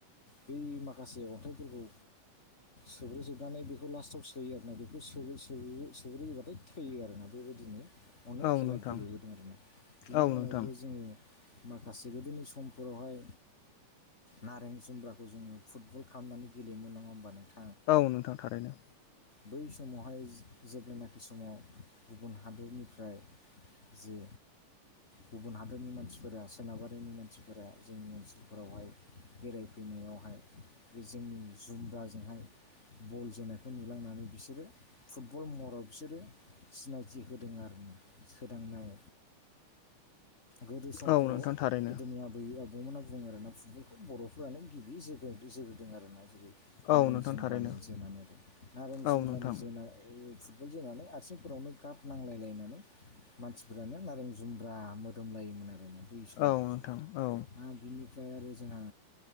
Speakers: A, on the left; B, on the left.
A: बै माखासे अन्थाइफोरखौ सोग्रोजोबनानै बेखौ लास्टआव सोयो आरोना बेखौ स्रो स्रो सोग्रोयोबाथाय थैयो आरोना बे बेबायदिनो अनेक
B: औ
A: खेला
B: नोंथां
A: गेलेबोदों आरोना बिनि
B: औ नोंथां
A: उनावबो जोङो माखासे गोदोनि समफोरावहाय नारें जुम्ब्राखौ जोङो फुटबल खालाम गेलेयोमोन नङा होनोमबा नोंथां
B: औ नोंथां थारैनो
A: बै समावहाय जेब्लानाखि समाव गुबुन हादोरनिफ्राय जे गुबुन हादरनि मानसिफोरा सोनाबारिनि मानसिफोरा जोंनि ओनसोलफोरावहाय बेरायफैनायावहाय बे जोंनि जुमब्राजोंहाय बल जोनायखौ नुलांनानै बिसोरो फुटबल मरब बिसोरो सिनायथि होदों आरो ना सोदांनाय गोदो समफोराव
B: औ नोंथां थारैनो
A: गोदोनि आबै आबौ बिथांबमोना बुङो आरोना फुटबलखौ बर'फोरानो गिबि जोग्रोदों आरोना जेरै
B: औ
A: नारें
B: नोंथां
A: जुम्ब्रानि
B: थारैनो
A: जोनानै दं नारें
B: औ
A: जुम्ब्रानि
B: नोंथां
A: जोन जोननानै आथिंफोरावनो गाब नांलायलायनानै मानसिफोरानो नारें जुमब्रा मोदोमलायोमोन आरो मा बैयै समावहाय
B: औ नोंथां औ
A: आरो बिनिफ्राय आरो जोंहा